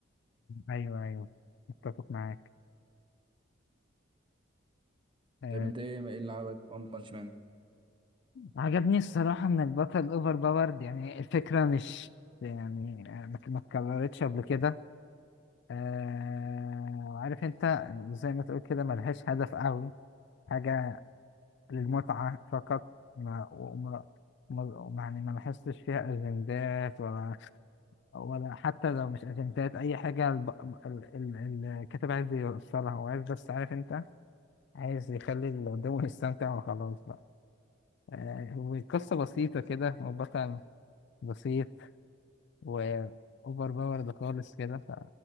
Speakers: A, on the left; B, on the right.
A: ايوه ايوه متفق معاك آه
B: طب انت ايه ايه اللي عجبك في ون بانش مان
A: عجبني الصراحه ان البطل اوفر باورد يعني الفكره مش يعني آه، ما ما اتكررتش قبل كده آه وعارف انت زي ما تقول كده ملهاش هدف قوي حاجه للمتعة فقط ما وما ما يعني ما لاحظتش فيها أجندات ولا ولا حتى لو مش أجندات أي حاجة الب... ال... ال... الكاتب عايز يوصلها هو عايز بس عارف أنت عايز يخلي اللي قدامه يستمتع وخلاص بقى آه والقصة بسيطة كده والبطل بسيط وأوفر باورد خالص كده ف